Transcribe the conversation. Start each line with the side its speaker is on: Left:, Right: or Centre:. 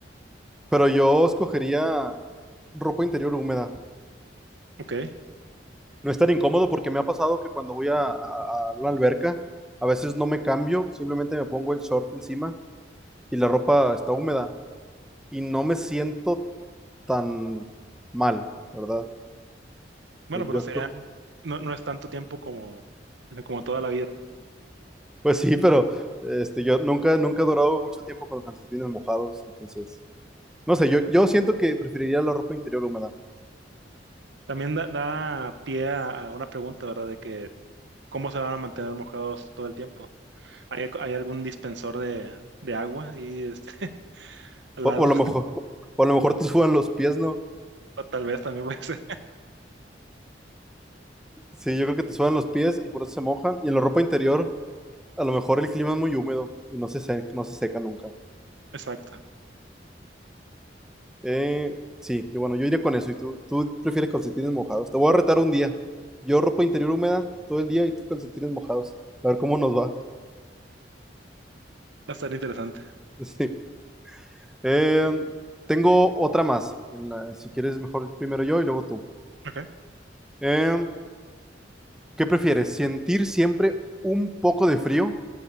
Centre: pero yo escogería ropa interior húmeda.
Right: <laughs> ok.
Centre: No es tan incómodo porque me ha pasado que cuando voy a, a, a la alberca, a veces no me cambio, simplemente me pongo el short encima y la ropa está húmeda. y no me siento tan mal, ¿verdad? Entonces
Right: Bueno, pero
Centre: yo,
Right: sería,
Centre: esco-
Right: no, no es tanto tiempo como, como toda la vida.
Centre: pues sí, pero este, yo nunca, nunca he durado mucho tiempo con los calcetines mojados, entonces, no sé, yo, yo siento que preferiría la ropa interior húmeda,
Right: También da, da pie a, a una pregunta, ¿verdad? De que, ¿cómo se van a mantener mojados todo el tiempo? ¿Hay, hay algún dispensor de, de agua y este, <laughs> al
Centre: o,
Right: lado?
Centre: o a lo mejor, <laughs> o a lo mejor te sudan los pies, ¿no?
Right: O tal vez también puede ser.
Centre: Sí, yo creo que te sudan los pies y por eso se mojan, y en la ropa interior, a lo mejor el clima es muy húmedo y no se, se- no se seca nunca.
Right: <laughs> Exacto. Va
Centre: Eh, sí, yo, bueno, yo iría con eso. ¿Y tú, tú prefieres calcetines mojados? Te voy a retar un día. Yo ropa interior húmeda todo el día y tú calcetines mojados. A ver cómo nos va.
Right: a estar interesante.
Centre: <laughs> Sí. Eh, tengo otra más. En la- si quieres, mejor primero yo y luego tú.
Right: Ok.
Centre: Eh, ¿qué prefieres? ¿Sentir siempre un poco de frío?